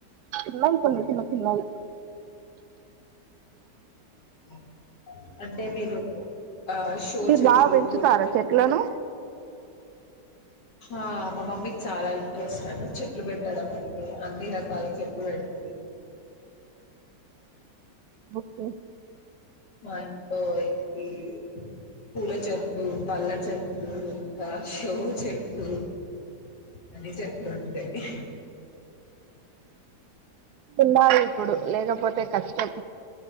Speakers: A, on the right (about 75°); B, on the left (about 80°).
A: చిన్నవి చిన్న చిన్న చిన్నవి
B: ఓ అంటే మీరు ఆ షో
A: మీరు
B: చెట్లు
A: బాగా పెంచుతారా
B: కూడ చెట్లు
A: చెట్లను
B: ఆ మా మమ్మీకి చాలా ఇంట్రెస్ట్ అండి చెట్లు పెట్టడం అండి, అన్ని రకాల చెట్లు పెడుతది
A: ఓకే
B: మాంట్లో ఏ పూల చెట్లు, పల్ల చెట్లు, ఇంకా చెవు చెట్లు అన్ని చెట్లు ఉంటాయి.
A: ఉన్నారు ఇప్పుడు లేకపోతే కష్టం